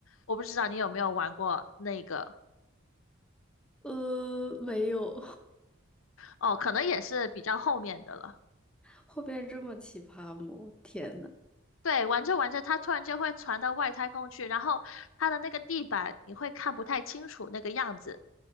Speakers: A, on the left (about 75°); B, in the centre.
A: 我不知道你有没有玩过那个，
B: 呃，没有，
A: 哦，可能也是比较后面的了。
B: <laughs> 后边这么奇葩吗？我天呐，
A: 对，玩着玩着，它突然间会传到外太空去，然后它的那个地板你会看不太清楚那个样子，